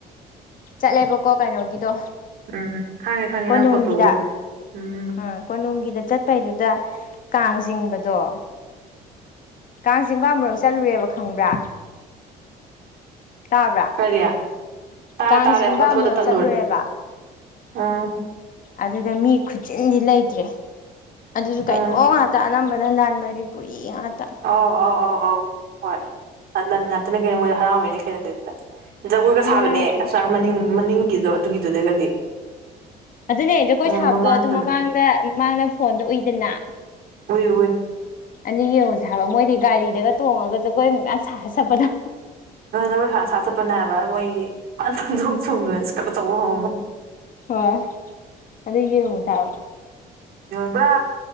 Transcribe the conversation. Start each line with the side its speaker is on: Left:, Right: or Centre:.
Left: ꯆꯠꯂꯦꯕꯀꯣ ꯀꯩꯅꯣꯒꯤꯗꯣ
Right: ꯎꯝ ꯈꯪꯉꯦ ꯈꯪꯉꯦ
Left: ꯀꯣꯅꯨꯡꯒꯤꯗ
Right: ꯅꯪ ꯐꯣꯇꯣ ꯎꯏ ꯎꯝ
Left: ꯑ ꯀꯣꯅꯨꯡꯒꯤꯗ ꯆꯠ ꯄꯩꯗꯨꯗ ꯀꯥꯡ ꯆꯤꯡꯕꯗꯣ ꯀꯥꯡ ꯆꯤꯡꯕꯥ ꯑꯃꯨꯔꯛ ꯆꯠꯂꯨꯔꯦꯕ ꯈꯪꯕ꯭ꯔꯥ ꯇꯥꯕ꯭ꯔꯥ
Right: ꯀꯔꯤ ꯇꯥꯔꯦ
Left: ꯀꯥꯡ
Right: ꯇꯥꯔꯦ
Left: ꯆꯤꯡꯕ
Right: ꯑꯃꯨꯛ ꯃꯇꯠ
Left: ꯑꯃꯨꯔꯛ
Right: ꯃꯇꯠ ꯇꯠꯂꯨꯔꯦ
Left: ꯆꯠꯂꯨꯔꯦꯕ
Right: ꯎꯝ
Left: ꯑꯗꯨꯗ ꯃꯤ ꯈꯨꯆꯤꯟꯗꯤ ꯂꯩꯇ꯭ꯔꯦ ꯑꯗꯨꯁꯨ
Right: ꯎꯝ
Left: ꯀꯩꯅꯣ ꯉꯥꯛꯇ ꯑꯅꯝꯕꯅ ꯅꯟ ꯃꯅꯤꯄꯨꯔꯤ ꯉꯥꯛꯇ
Right: ꯑꯧ ꯑꯧ ꯑꯧ ꯑꯧ ꯍꯣꯏ ꯅꯟ ꯉꯥꯛꯇꯅꯤ ꯀꯩꯅꯣ ꯃꯣꯏꯁꯨ ꯍꯔꯥꯎꯔꯤꯅꯤ ꯀꯩꯅꯣ ꯑꯗꯨꯗ ꯖꯒꯣꯏꯒ
Left: ꯑꯗꯨꯅ
Right: ꯁꯥꯕꯅꯦ
Left: ꯍꯥꯏꯁꯦ
Right: ꯑꯁ ꯃꯅꯤꯡ ꯃꯅꯤꯡꯒꯤꯗꯣ ꯑꯗꯨꯒꯤꯗꯨꯗꯒꯗꯤ
Left: ꯑꯗꯨꯅꯦ ꯖꯒꯣꯏ
Right: ꯃꯣꯏ
Left: ꯁꯥꯕꯗꯣ
Right: ꯃꯃꯥꯡꯗꯒ
Left: ꯑꯗꯨ ꯃꯃꯥꯡꯗ ꯃꯃꯥꯡꯗ ꯐꯣꯟꯗ ꯎꯏꯗꯅ
Right: ꯎꯏ ꯎꯏ
Left: ꯑꯅꯤ ꯌꯦꯡꯉꯨꯁꯦ ꯍꯥꯏꯕ ꯃꯣꯏꯗꯤ ꯒꯥꯔꯤꯗꯒ ꯇꯣꯡꯉꯒ ꯖꯒꯣꯏ ꯃꯌꯝ ꯁꯥꯔꯒ ꯆꯠꯄꯗꯣ
Right: ꯅꯣꯏ ꯅꯣꯏ ꯁꯥ ꯁꯥ ꯆꯠꯄꯅꯦꯕ ꯃꯣꯏꯒꯤ ꯐꯟ ꯐꯟ ꯆꯣꯡ ꯆꯣꯡꯗꯅ ꯏꯁꯀꯔ꯭ꯠ ꯑꯆꯧꯕ ꯍꯣꯡꯒ
Left: ꯍꯣꯏ ꯑꯗꯨ ꯌꯦꯡꯉꯨꯁꯤ ꯍꯥꯢꯕ
Right: ꯄꯨꯔꯥ